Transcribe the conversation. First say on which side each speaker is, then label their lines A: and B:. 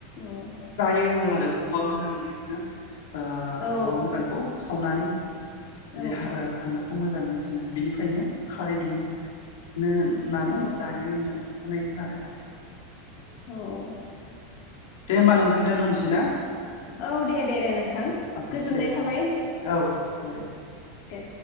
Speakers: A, on the left; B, on the left.
A: औ
B: ओनदों आरो औवा मोजा जों बिदिनो ओ
A: औ
B: औवा मोजांखौ सावनानै जुदि
A: औ
B: हो हांगार मोजाङै दोननानै बेनिफ्रायनो खारै दिहुन नों होननानै
A: औ
B: जायो होनदों। होननाय खोनादों आरो
A: औ
B: दे होमबा नोंथां दोनथ'नोसै ना
A: औ दे दे दे नोंथां
B: औ
A: गोजोननाय
B: दे
A: थाबाय
B: औ औ दे
A: दे